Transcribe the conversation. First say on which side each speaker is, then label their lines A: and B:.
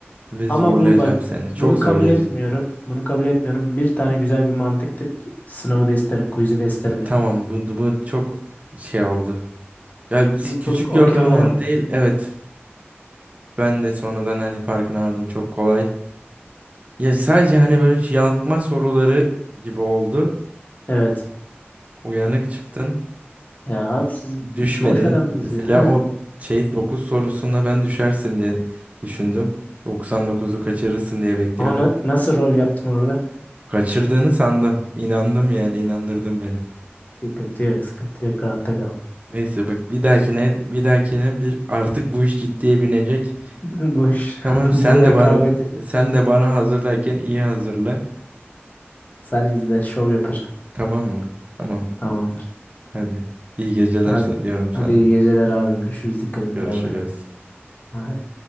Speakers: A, on the right; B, on the left.
A: ve
B: Ama
A: zorlayacağım
B: bu bak
A: seni. Çok
B: bunu
A: zorlayacağım.
B: kabul etmiyorum. Bunu kabul etmiyorum. Bir tane güzel bir mantık te- sınavı da isterim. Quiz'i de isterim yani.
A: Tamam bu, bu çok şey oldu. Yani
B: Bu çok
A: küçük
B: okey
A: gördüğümden
B: olamadım.
A: değil evet ben de sonradan hani farkına vardım çok kolay. Ya sadece hani böyle yanıltma soruları gibi oldu.
B: Evet.
A: Uyanık çıktın
B: Ya abi siz
A: düşmedin.
B: boş adamsınız
A: Mesela
B: ya. <laughs>
A: o şey 9 sorusunda ben düşersin diye düşündüm. Doksan dokuzu kaçırırsın diye bekliyordum.
B: Ama na- nasıl rol yaptım orada?
A: Kaçırdığını sandım. İnandım yani inandırdın beni.
B: Sıkıntı yok. Sıkıntı yok. Rahatta kal.
A: Neyse bak bir dahakine bir dahakine bir artık bu iş ciddiye binecek.
B: <laughs> Boş. <laughs>
A: Tamam sen
B: Bu rekabeti
A: de bana sen de bana hazırlarken iyi hazırla.
B: sen izle. Şov yapacağım.
A: Tamam mı? Tamam.
B: Tamamdır.
A: Hadi. İyi geceler
B: Hadi.
A: sa- diyorum sana.
B: Hadi iyi geceler abi. Görüşürüz. Dikkat et.
A: Görüşürüz.
B: Bay bay. Bay.